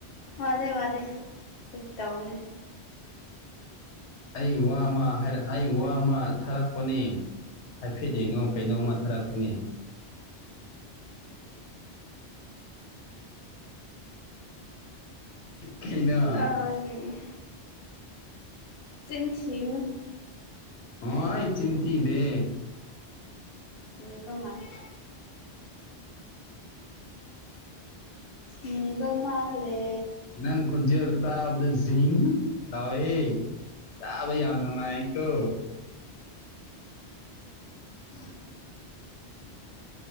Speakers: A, on the left (about 60°); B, on the left (about 80°).
A: ꯋꯥꯗꯦ ꯋꯥꯗꯦ ꯑꯗꯨ ꯇꯝꯅꯦ
B: ꯑꯩ ꯋꯥ ꯑꯃ ꯍꯥꯏ ꯑꯩ ꯋꯥ ꯑꯃ ꯊꯥꯔꯛꯄꯅꯦ ꯍꯥꯏꯐꯦꯠ ꯌꯦꯡꯉꯣ ꯀꯩꯅꯣꯝꯃ ꯊꯥꯔꯛꯄꯅꯦ ꯀꯩꯅꯣ
A: ꯑ ꯆꯤꯟꯊꯅ
B: ꯍ ꯑꯩ ꯆꯤꯟꯊꯤ ꯗꯦ
A: ꯃꯤꯕ ꯃꯥꯅꯦ ꯁꯤꯕ ꯃꯥꯂꯦ
B: ꯅꯪ ꯈꯨꯟꯖꯔ ꯇꯕ ꯗ ꯇꯋꯦ ꯌꯥꯕꯩ ꯌꯥꯗꯧꯉꯥꯏꯥꯏ ꯀꯣ ꯎꯝ